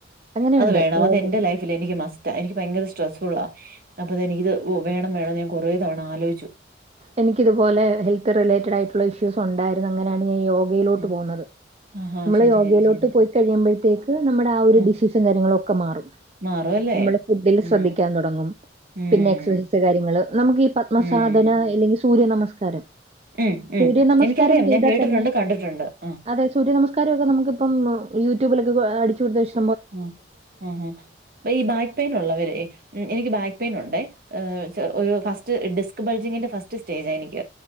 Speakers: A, on the right; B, on the right.
A: അങ്ങനെയുണ്ട്
B: അത് വേണം
A: യോഗ.
B: അത് എന്റെ ലൈഫില് എനിക്ക് മസ്റ്റാ എനിക്ക് ഭയങ്കര സ്ട്രെസ്സ് ഫുള്ളാ അപ്പതെനിക്കിത് വു വേണം വേണം ഞാൻ കൊറേ തവണ ആലോയ്ച്ചു
A: എനിക്ക്തുപോലെ ഹെൽത്ത് റിലേറ്റഡായിട്ടുള്ള ഇഷ്യൂസൊണ്ടായിരുന്നു അങ്ങനെയാണ് ഞാൻ യോഗയിലോട്ട്
B: ഉം
A: പോവുന്നത്
B: ആഹാ
A: നമ്മള്
B: ശരി
A: യോഗയിലോട്ട്
B: ശരി ശരി
A: പോയി കഴിയുമ്പഴത്തേക്ക് നമ്മുടെ ആ ഒരു
B: ഉം
A: ഡിസീസും കാര്യങ്ങളു ഒക്കെ മാറും
B: മാറുവല്ലേ
A: നമ്മള് ഫുഡില്
B: ഉം
A: ശ്രദ്ധിക്കാൻ തൊടങ്ങും
B: ഉം
A: പിന്നെ എക്സസൈസ് കാര്യങ്ങള് നമുക്ക് ഈ പത്മസാധന
B: ഉം
A: അല്ലെങ്കില് സൂര്യ നമസ്കാരം
B: ഉം ഉം
A: സൂര്യ നമസ്കാരം
B: എനിക്കറിയാം
A: ചെയ്താൽ
B: ഞാൻ കേട്ടിട്ടുണ്ട്
A: തന്നെ
B: കണ്ടിട്ടുണ്ട് ഉം
A: അതെ സൂര്യ നമസ്കാരൊവൊക്കെ നമുക്ക്പ്പം യൂട്യൂബിലൊക്കെ അടിച്ചു കൊടുത്താൽ ഇഷ്ട
B: ഉം ഉം ഉഹ് അപ്പയീ ബാക്ക് പെയിനൊള്ളവരെ എനിക്ക് ബാക്ക് പെയിനൊണ്ടേ ഏഹേ വെച്ച ഒരു ഫസ്റ്റ് ഡിസ്ക് ബൾജിങ്ങിന്റെ ഫസ്റ്റ് സ്റ്റേജായെനിക്ക്